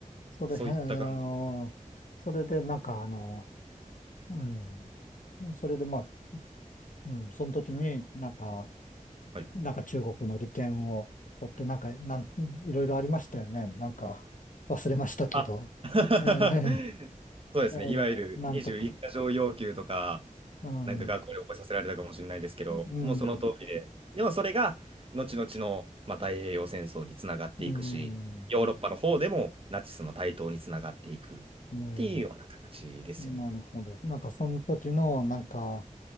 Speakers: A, on the left; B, on the right.
A: それ、
B: そういった感じです。
A: あの、それで、なんか、あの、うん。それで、まあ、うん、その時になんか、
B: はい。
A: なんか中国の利権を取って、なんか、なん、いろいろありましたよね。なんか、忘れましたけど。
B: あ <laughs>
A: ええ、
B: そうですね。
A: ええ、
B: いわゆる21箇条要求とか、
A: なんとか。うん、
B: なんか学校で覚えさせられたかもしれないですけど、
A: うん、
B: もうその通りで、でもそれが後々の、まあ、太平洋戦争につながっていくし、
A: うん、
B: ヨーロッパの方でもナチスの台頭につながっていくっていうような形ですよね。
A: うん。なるほど。なんかその時のなんか